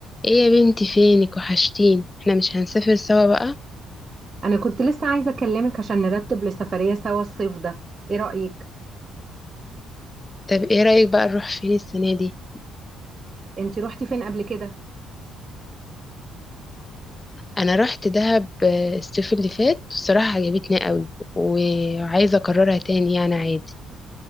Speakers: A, on the left (about 25°); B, on the right (about 35°).
A: ايه يا بنتي فينك وحشتين احنا مش هنسافر سوا بقى
B: انا كنت لسه عايزه اكلمك عشان نرتب لسفريه سوا الصيف ده ايه رايك
A: طب ايه رأيك بقى نروح فين السنة دي
B: انتي روحتي فين قبل كده
A: انا رحت دهب آه، الصيف اللي فات الصراحة عجبتني قوي وعايزة اكررها تاني يعني عادي